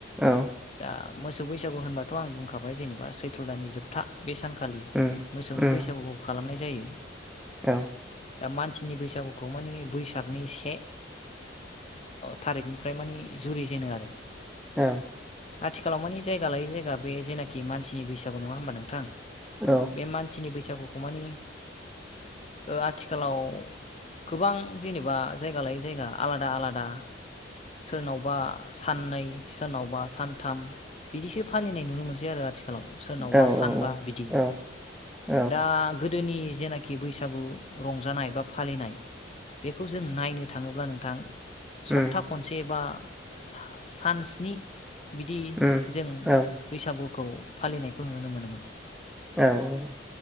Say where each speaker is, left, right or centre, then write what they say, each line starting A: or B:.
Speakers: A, in the centre; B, on the left (about 35°).
A: औ।
B: दा मोसौ बैसागु होनबाथ' आं बुंखाबाय जेनेबा सैथ्र' दानि जोबथा बे सानखालि
A: उम
B: मोसौनि
A: उम
B: बैसागुखौ खालामनाय जायो।
A: औ
B: दा मानसिनि बैसागुखौ मानिे बैसागनि से थारिखनिफ्राय मानि जुरि जेनो आरो।
A: औ
B: आथिखालाव मानिे जायगा लायै जायगा बे जेनाखि मानसिनि बैस बसाग नङा हबा नोंथां
A: औ
B: बे मानसिनि बैसागुखौ मानि आथिखाल आथिखालाव गोबां जेनेबा जायगा लायै जायगा आलादा आलादा सोरनावबा साननै सोरनावबा सानथाम बिदिसो फालिनाय नुनो मोनसै आरो आथिखालाव सोरनावबा
A: औ
B: सानबा बिदि
A: औ औ
B: दा गोदोनि जेनाखि बैसागु रंजानाय बा फालिनाय बेखौ जों नायनो थाङोब्ला नों सप्ता
A: उम
B: खनसे बा सा सान सिनि बिदि
A: उम
B: जों
A: औ
B: बैसागुखौ फालिनायखौ नुनो मोनोमोन
A: औ।